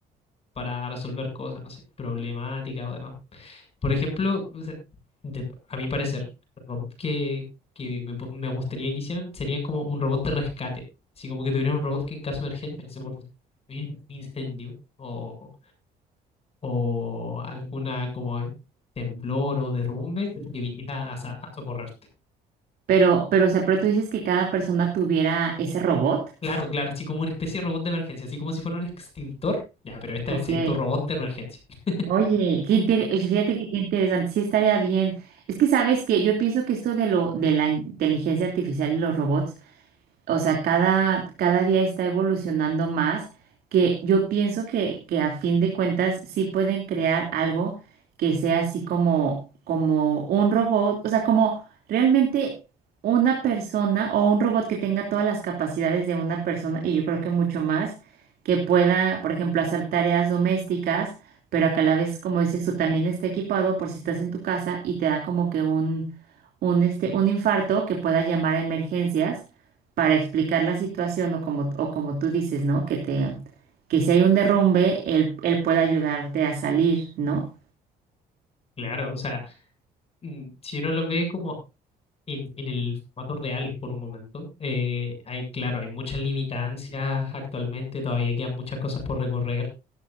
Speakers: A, on the left; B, on the right.
A: para resolver cosas, no sé, problemáticas o demás. Por ejemplo, o sea, de- a mi parecer, el robot que, que me, po- me gustaría que hicieran serían como un robot de rescate. Así como que tuvieran un robot que en caso de emergencia, se por un incendio o, o alguna como eh, temblor o derrumbe, que viniera a, sa- a socorrerte.
B: Pero, pero, o sea, pero tú dices que cada persona tuviera ese robot.
A: Claro, claro, así como una especie de robot de emergencia, así como si fuera un extintor. Ya, pero esta
B: Ok.
A: sería tu robot de emergencia. <laughs>
B: Oye, qué inter- oye, fíjate que qué interesante, sí estaría bien. Es que sabes que yo pienso que esto de lo de la inteligencia artificial y los robots o sea, cada, cada día está evolucionando más, que yo pienso que, que a fin de cuentas sí pueden crear algo que sea así como, como un robot, o sea, como realmente una persona o un robot que tenga todas las capacidades de una persona y yo creo que mucho más, que pueda, por ejemplo, hacer tareas domésticas pero a que a la vez, como dices tú, también está equipado por si estás en tu casa y te da como que un, un, este, un infarto que pueda llamar a emergencias para explicar la situación o como, o como tú dices, ¿no? Que te, que si hay un derrumbe, él, él pueda ayudarte a salir, ¿no?
A: Claro, o sea, mm, si uno lo ve como en, en el formato real por un momento. Eh, hay, claro, hay muchas limitancias actualmente, todavía quedan muchas cosas por recorrer.